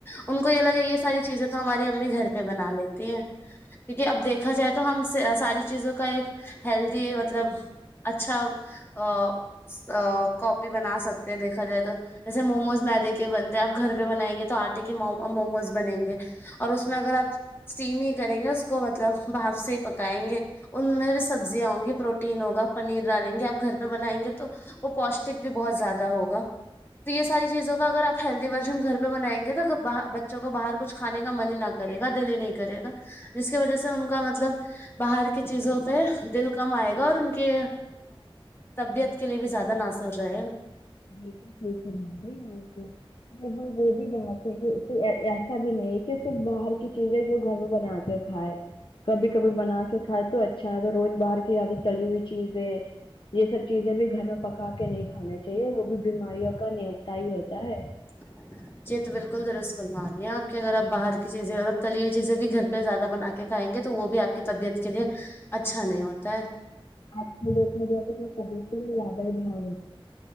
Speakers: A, on the left; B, on the left.
A: ان کو یہ لگے یہ ساری چیزیں تو ہماری امی گھر پ پہ بنا لیتی ہیں کیونکہ اب دیکھا جائے تو ہم ساری چیزوں کا ایک ہیلدی مطلب اچھا ا ا کاپی بنا سکتے ہیں دیکھا جائے تو جیسے موموز میدے کے بنتے ہیں آپ گھر پہ بنائیں گے تو آٹے کے موموز بنیں گے اور اس میں اگر آپ اسٹیم ہی کریں گے اس کو مطلب بھاپ سے پکائیں گے ان میں بھی سبزیاں ہوں گی پروٹین ہوگا پنیر ڈالیں گے آپ گھر پہ بنائیں گے تو وہ پوشٹک بھی بہت زیادہ ہوگا تو یہ ساری چیزوں کا اگر آپ ہیلدی ورژن گھر پہ بنائیں گے تواہ بچوں کو باہر کچھ کھے کا من ہی نہ کرے دلی نہیں کرے گا جس کی وجہ سے ان کا مطلب باہر کی چیزوں پہ دل کم آئے گا اور ان کے طبیعت کے لیے بھی زیادہ ناسور رہے گا
B: بالکل بالکل م ہی آاں تو جی ہاں وہ بھی بات ہے کہ ایسا بھی نہیں ہے کہ صرف باہر کی چیزیں جو گھر میں بنا کائے کبھی کبھی بنا کے کھائے تو اچھا ہے روز باہر کی یادہ تلی ہوئی چیزیں یہ سب چیزیں بھی گھر میں پکا کے نہیں کھانے چاہیے وہ بھی بیماریوں کا نی ہوتا ہی ہوتا ہے
A: <unintelligible> یہی تو بالکل درست فرما رہی ہے آپ کی اگر آپ باہر کی چیزیں مب تلی ہوئی چیزیں بھی گھر پہ زیادہ بنا کے کھائیں گے تو وہ بھی آپ کی طبیعت کے لیے اچھا نہیں ہوتا ہے
B: آج ک ڈیٹ م آ تو سگ سے لدائے دیا مے